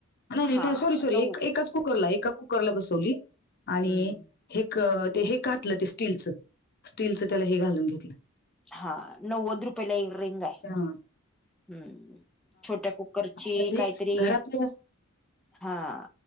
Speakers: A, on the left; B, in the centre.
A: नाहीं नाहीं
B: हा
A: नाहीं सॉरी सॉरी
B: नऊ
A: एकाचं कुकरलां एकां कुकरलां बसवली आणि
B: हम्म
A: हे ते हे घातलं ते स्टीलचं स्टीलचं त्यांला हे घालूंन घेतलं
B: हां नवंद रुपयांला एक रींग आहे
A: दां
B: हम्मं छोट्या कुकरची
A: आणि आता
B: कांहींतरी
A: हे घरातलं
B: हां